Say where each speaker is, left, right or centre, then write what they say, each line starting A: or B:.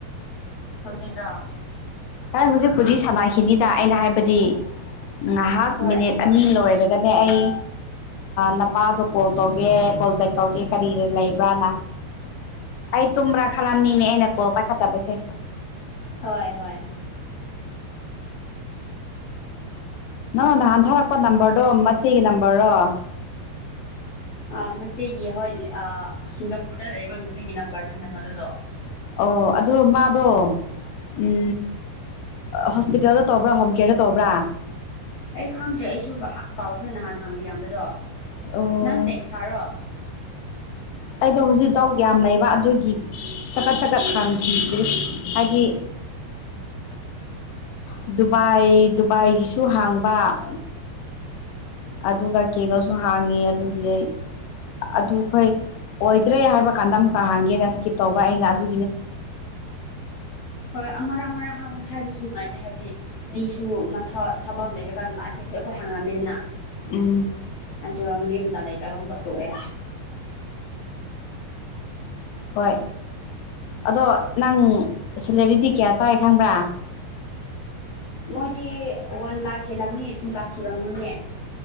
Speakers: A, on the left; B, on the left.
A: ꯄꯨꯖꯤꯈ꯭ꯔꯣ
B: ꯍ ꯍꯧꯖꯤꯛꯄꯨꯗꯤ ꯁꯥꯟꯅꯈꯤꯅꯤꯗ ꯑꯩꯅ ꯍꯥꯏꯕꯗꯤ ꯉꯥꯏꯍꯥꯛ
A: ꯍꯣꯏ
B: ꯃꯤꯅꯤꯠ ꯑꯅꯤ ꯂꯣꯏꯔꯒ ꯑꯗꯨꯅꯦ ꯑꯩ ꯅꯄꯥꯗꯣ ꯀꯣꯜ ꯇꯧꯒꯦ ꯀꯣꯜꯕꯦꯛ ꯇꯧꯒꯦ ꯀꯔꯤ ꯂꯩꯕ꯭ꯔꯥꯅ ꯑꯩ ꯇꯨꯝꯕ꯭ꯔꯥ ꯂꯝꯅꯤꯅꯦ ꯑꯦꯅꯀꯣ ꯄꯥꯏ ꯈꯥ ꯇ ꯄꯩꯁꯦ
A: ꯍꯣꯏ ꯍꯣꯏ
B: ꯅꯪ ꯅ ꯍꯟꯊꯔꯛꯄ ꯅꯝꯕꯔꯗꯣ ꯃꯆꯦꯒꯤ ꯅꯝꯕꯔꯣ
A: ꯑ ꯃꯆꯦꯒꯤ ꯍꯣꯏ ꯁꯤꯡꯒꯥꯄꯨꯔꯗ ꯂꯩꯔꯤꯕꯕ ꯅꯨꯄꯤꯒꯤ ꯅꯝꯕꯔꯗꯨꯅꯦ ꯃꯗꯨꯗꯣ
B: ꯑꯣ ꯑꯗꯨꯣ ꯃꯥꯗꯣ ꯎꯝ ꯍꯣꯁꯄꯤꯇꯥꯜꯗ ꯇ ꯇꯧꯕ꯭ꯔꯥ ꯍꯣꯝ ꯀꯦꯌꯔꯗ ꯇꯧꯕ꯭ꯔꯥ
A: ꯑꯩ ꯈꯪꯗ꯭ꯔꯦ ꯑꯩꯁꯨ ꯀꯥꯎꯈ꯭ꯔꯦ ꯅꯍꯥꯟ ꯍꯥꯡꯕꯤꯔꯝꯕꯗꯣ
B: ꯑꯣ
A: ꯅꯪ ꯇꯦꯛꯁ ꯊꯥꯔꯣ
B: ꯑꯩꯗꯣ ꯍꯧꯖꯤꯛ ꯗꯥꯎꯠ ꯌꯥꯝ ꯂꯩꯕ ꯑꯗꯨꯒꯤ ꯆꯀꯠ ꯆꯀꯠ ꯈꯪ ꯍꯥꯏꯗꯤ ꯗꯨꯕꯥꯏ ꯗꯨꯕꯥꯏꯒꯤꯁꯨ ꯍꯥꯡꯕ ꯑꯗꯨꯒ ꯀꯩꯅꯣꯁꯨ ꯍꯥꯡꯉꯤ ꯑꯗꯨꯒꯤ ꯑꯩ ꯑꯗꯨ ꯑꯩꯈꯣꯏ ꯑꯣꯏꯗ꯭ꯔꯦ ꯍꯥꯏꯕ ꯀꯥꯟꯗ ꯑꯃꯨꯛꯀ ꯍꯥꯡꯒꯦꯅ ꯁꯀꯤꯞ ꯇꯧꯕ ꯩꯅꯅꯥ ꯑꯗꯨ
A: ꯍ ꯑꯥ ꯑꯥ ꯑꯍꯥ ꯍꯥꯏ ꯀꯁꯁꯨ ꯅꯍꯥꯏ ꯑ ꯍꯥꯏꯕꯗꯤ ꯃꯤꯁꯨ ꯃꯊ ꯊꯕꯛ ꯂꯩꯔꯒ ꯂꯁꯦꯁꯨ ꯑꯩꯈꯣꯏ ꯍꯥꯡꯉꯝꯃꯤꯗꯅ
B: ꯎꯝ
A: ꯑꯗꯣ ꯃ ꯇ ꯂꯩꯇꯒꯝ ꯀꯠꯇꯨꯑꯦ
B: ꯍꯣꯏ ꯑꯗꯣ ꯅꯪ ꯁꯦꯂꯔꯤꯗꯤ ꯀꯌꯥ ꯆꯥꯏ ꯈꯪꯕ꯭ꯔꯥ
A: ꯃꯣꯏꯗꯤ ꯋꯥꯟ ꯂꯈ ꯍꯦꯂꯅꯤ ꯇꯨ ꯂꯥꯛ ꯁꯨꯔꯃꯅꯤ